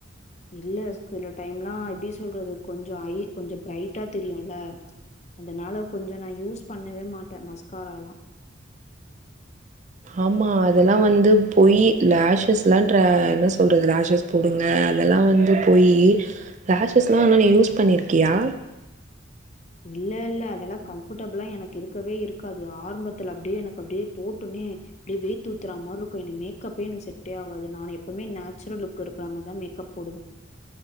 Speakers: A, on the left (about 35°); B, on the right (about 40°).
A: இல்ல சில டைம்ல்லா எப்டி சொல்றது கொஞ்ச ஐ கொஞ்ச பிரைட்டா தெரியும் இல்ல அதனால கொஞ்ச நா யூஸ் பண்ணவே மாட்டே மஸ்காரல்லா
B: ஆமா அதெல்லா வந்து பொய் லேஷஸ் எல்லா ட்ரே என்ன சொல்றது லேஷஸ் போடுங்க அதெல்லா வந்து பொய் லேஷஸ் எல்லா என்ன நீ யூஸ் பண்ணிருக்கியா
A: இல்ல இல்ல அதெல்லா கம்ஃபர்டபிளா எனக்கு இருக்கவே இருக்காது ஆரம்பத்துல அப்படியே எனக்கு அப்படியே போட்டுமே அப்படியே வேர்த் ஊத்துற மார இருக்கு எனக்கு மேக்கப்பே எனக்கு செட்டே ஆவாது நா எப்பவுமே நேச்சுரல் லுக் இருக்கிற மாரிதா மேக்கப் போடுவே